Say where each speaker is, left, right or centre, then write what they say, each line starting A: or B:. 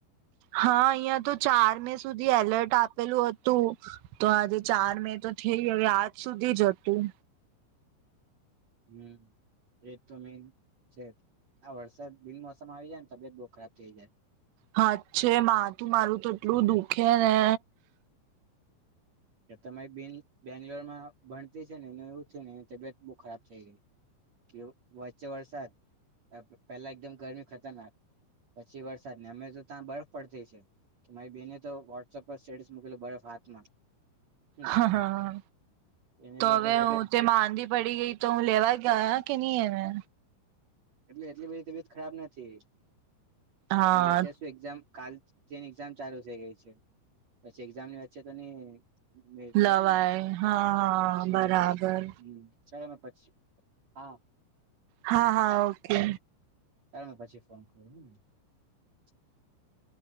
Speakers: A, on the right; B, on the right.
A: હા અહિયાં તો ચાર મે સુધી એલર્ટ આપેલું હતું તો આજે ચાર મે તો થઈ હવે આજ સુધી જ હતું.
B: હમ એજ તો મેન છે આ વરસાદ બિનમોસમ આવી જાય ને તબિયત બહુ ખરાબ થઈ જાય.
A: હા છે મા તું મારું તો એટલું દુખે ને
B: તમારી બેન બેંગ્લોરમાં ભણતી છે ને એ એવું થ ને એની તબિયત બહુ ખરાબ થઈ ગઈ કે વચ્ચે વરસાદ પહેલા એકદમ ગરમી ખતરનાક પછી વરસાદને અમે તો ત્યાં બરફ પડતી છે કે મારી બેને તો વોટ્સપ પર સ્ટેટસ મૂકેલ બરફ હાથમાં હમ
A: હા હા
B: એને લીધે
A: તો હવે
B: તબિયત
A: હું તેમાંધી પડી ગઈ તો હું લેવા ગયા કે નહી હવે.
B: એટલે એટલી બધી તબિયત ખરાબ નથી.
A: હા
B: કેમ કે અત્યારે શું એક્ઝામ કાલ તેની એક્ઝામ ચાલુ થઇ ગઈ છે. પછી એક્ઝામની વચ્ચે તો નહી મેળ પડે
A: લવાય
B: ને
A: હા હા
B: હમ
A: બરાબર.
B: હમ ચાલો ના પછી હા
A: હા હા ઓકે.
B: તાલ મેં પછી ફોન કરું હને <inaudible>